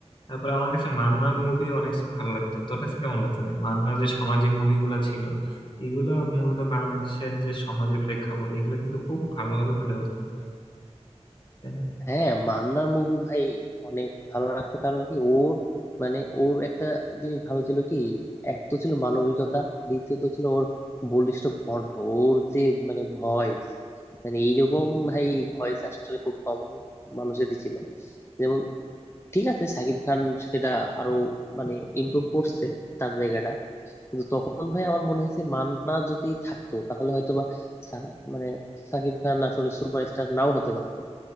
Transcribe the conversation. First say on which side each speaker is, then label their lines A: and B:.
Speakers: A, on the left; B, on the left.
A: তারপরে আমার কাছে মান্নার মুভি অনেক ভালো লাগতো তোর কাছে কেমন লাগতো রে? মান্নার যে সামাজিক মুভিগুলো ছিল এগুলা মূলত বাংলাদেশের যে সমাজের প্রেক্ষাপট এগুলো কিন্তু খুব ভালোভাবে ফুটে উঠতো তাই না
B: হ্যাঁ মান্নার মুভি ভাই অনেক ভালো লাগতো কারণ কি ওর মানে ওর একটা জিনিস ভালো ছিল কি এক তো ছিল মানবিকতা দ্বিতীয়ত ছিল ওর বলিষ্ঠ কণ্ঠ ওর যে মানে ভয়েস মানে এইরকম ভাই ভয়েস আসলে খুব কম মানুষেরই ছিল যেমন ঠিক আছে সাকিব খান সেটা আরো মানে ইমপ্রুভ করছে তার জায়গাটা কিন্তু তখন ভাই আমার মনে হয়েছে মান্না যদি থাকতো তাহলে হয়তোবা সা- মানে সাকিব খান আসলে সুপারস্টার নাও হতে পারতো